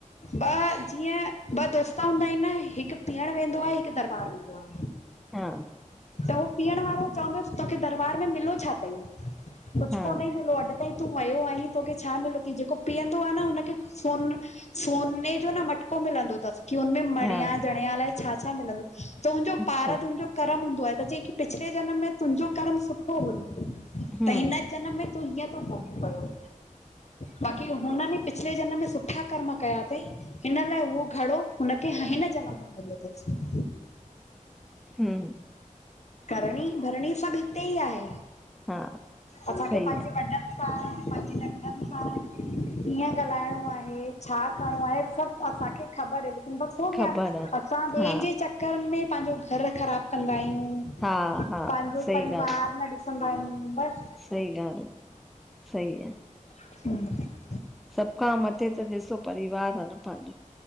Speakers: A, on the left; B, in the centre.
A: ॿ जीअं ॿ दोस्त हूंदा आहिनि न हिकु पीअणु वेंदो आ, हिकु दरॿार वेंदो आ।
B: हा।
A: त उहो पीअण वारो चवंदसि तोखे दरबार में मिलो छा? कुछु
B: हा,
A: कोन ई मिलो, अॼु ताईं तूं वियो आहीं तोखे छा मिलो ती, जेको पीअंदो आ न उन सोन, सोने जो न मटको मिलंदो तसि, कि हुनमें मणिया
B: हा
A: जणिया अलाइ छा छा मिलंदो? तुहिंजो
B: अच्छा
A: पारदुन जो कर्म हूंदो आहे, त जे कि पिछले जनम में तुंहिंजो कर्म सुठो हुयो,
B: हूं,
A: त हिन जनम में तूं हिअं तो भोॻिं पयो, बाक़ी हुननी पिछले जनम में सुठा कर्म कया तईं। हिन लाइ उहो घड़ो हुनखे ह हिन जनम में मिलयो तसि।
B: हम्म।
A: करणी भरणी सभु हिते ई आहे,
B: हा
A: असांखे
B: सही
A: पांजे
B: आ,
A: वॾनि पां पांजी नंढी। सां कीअं ॻाल्हाइणो आहे छा करिणो आहे सभ असांखे ख़बर हु बस हो
B: ख़बर
A: गया,
B: आ।
A: असां ॿियन
B: हा,
A: जे चकरन में पंहिंजो घरु ख़राब कंदा आहियूं।
B: हा, हा
A: पांजो
B: सही
A: परीवार
B: ॻाल्हि आ,
A: न ॾिसंदा आहियूं बस।
B: सही ॻाल्हि, सई आ।
A: <inaudible>
B: सभ खां मथे त ॾिसो परिवार आहे न पांजो।